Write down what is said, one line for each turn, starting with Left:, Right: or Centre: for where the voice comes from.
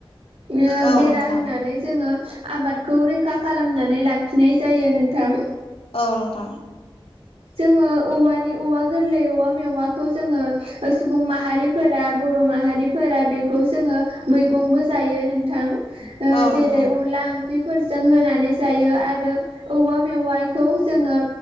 Right: ओ
Left: औ
Right: बेरा
Left: नोंथां
Right: होनानै जोङो आबादखौ रैखा खालामनानै लाखिनाय जायो नोंथां।
Left: औ नोंथां।
Right: जोङो औवानि -औवा गोरलै, औवा मेवाखौ, जोङो ओ सुबुं माहारिफोरा बर' माहारि फोरा बेखौ जोङो मैगंबो जायो नोंथां। ओ
Left: औ
Right: जेरै
Left: नोंथां
Right: -अनला ओंख्रि फोरजों होनानै जायो। आरो औवा मेवाइखौ जोङो